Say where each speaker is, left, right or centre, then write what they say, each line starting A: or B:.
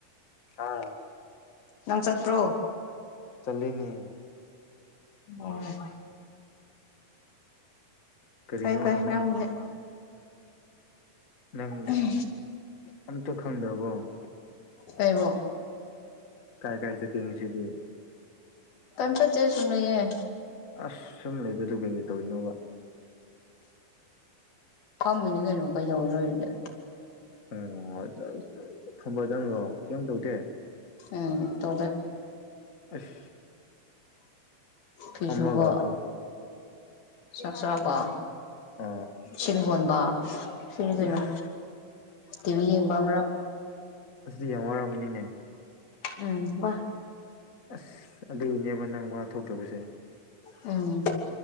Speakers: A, on the left; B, on the left.
A: ꯑꯥ
B: ꯅꯪ ꯆꯠꯇ꯭ꯔꯣ
A: ꯆꯂꯅꯦ
B: ꯑꯣꯝ
A: ꯀꯔꯤꯅꯣ
B: ꯐꯩ ꯐꯩ
A: ꯅꯪ
B: ꯅꯪꯁꯦ
A: ꯅꯪ
B: ꯎꯝ
A: ꯑꯝꯇ ꯈꯪꯗ꯭ꯔꯕꯣ
B: ꯂꯩꯕꯝ
A: ꯀꯥꯏ ꯀꯔ ꯆ ꯀꯃꯤꯁꯤꯗꯤ
B: ꯀꯝꯄꯥ ꯆꯦ ꯆꯡꯂꯌꯦꯦ
A: ꯑꯁ ꯁꯨꯝ ꯂꯩꯕꯗ ꯀꯩꯀꯩ ꯇꯧꯔꯤꯅꯣꯕ
B: ꯐꯝꯃꯃꯤꯅꯤ ꯀꯩꯅꯩꯅ ꯀꯩꯗꯣꯏꯔꯗꯦ
A: ꯑꯣ ꯐꯝꯕꯗꯪ꯭ꯔꯣ ꯀꯩꯝ ꯇꯧꯗꯦ
B: ꯎꯝ ꯇꯗ
A: ꯑꯁ
B: ꯐꯤꯁꯨꯨꯕ
A: ꯐꯝꯃꯒ ꯑꯣ
B: ꯆꯥꯛ ꯆꯥꯕ
A: ꯑ
B: ꯁꯤꯣꯣꯟꯕ ꯁꯤꯅꯤ ꯀꯩꯅꯣ
A: ꯎꯐ
B: ꯇꯤꯚꯤ ꯌꯦꯡꯕ ꯑꯃ
A: ꯑꯁ ꯍꯔꯥ ꯃꯅꯤꯅꯦ
B: ꯎꯝ ꯋꯥ
A: ꯑꯁ ꯑꯗꯨꯒꯤꯅꯦꯕ ꯅꯪ ꯋꯥ ꯊꯣꯛꯇꯕꯁꯦ
B: ꯎꯝ